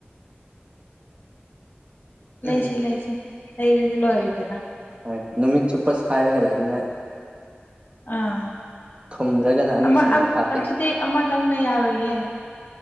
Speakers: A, on the left (about 55°); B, on the right (about 30°).
A: ꯂꯩꯁꯤ
B: ꯎꯝ
A: ꯂꯩꯁꯤ ꯂꯩꯔꯗꯤ ꯂꯣꯏꯔꯦꯗꯅ
B: ꯍꯣꯏ ꯅꯨꯃꯤꯠ ꯆꯨꯞꯄ ꯁꯥꯏꯔꯒ ꯂꯩꯅꯤꯉꯥꯏ
A: ꯑꯥ
B: ꯊꯨꯝꯗ꯭ꯔꯒꯅ ꯑꯃꯨꯛ
A: ꯑꯃ
B: ꯆꯤꯅꯤ
A: ꯑ
B: ꯊꯥꯛꯀꯦ
A: ꯑꯗꯨꯗꯤ ꯑꯃꯇꯪꯅ ꯌꯥꯔꯣꯏꯌꯦ